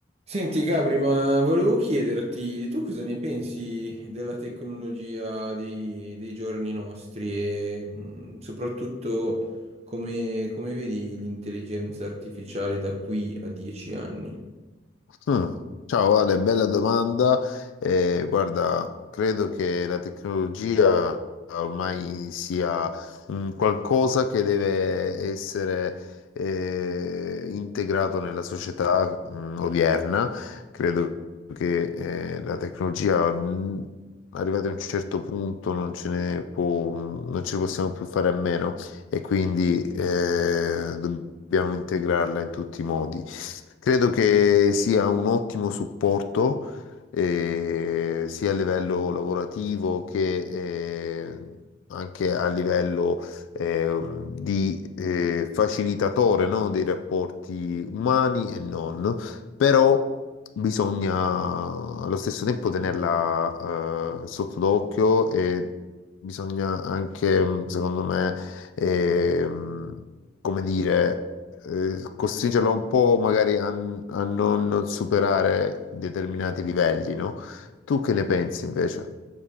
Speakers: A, on the right; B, on the left.
A: Senti Gabri, ma volevo chiederti, tu cosa ne pensi della tecnologia dei, dei giorni nostri e mh, soprattutto come, come vedi l'intelligenza artificiale da qui a dieci anni?
B: Mm. Ciao Ale, bella domanda. Eh, guarda, credo che la tecnologia ormai sia un qualcosa che deve essere eh, integrato nella società mm, odierna. Credo che eh, la tecnologia, mm, arrivata a un certo punto, non ce ne può, non ce ne possiamo più fare a meno e quindi eh, dobbiamo integrarla in tutti i modi. Credo che sia un ottimo supporto eh, sia a livello lavorativo che eh, anche a livello eh, di eh, facilitatore, no, dei rapporti umani e non, però bisogna allo stesso tempo tenerla eh, sotto d'occhio e bisogna anche, secondo me, ehm, come dire eh, costringerla un po' magari a, a non, non superare determinati livelli, no? Tu che ne pensi invece?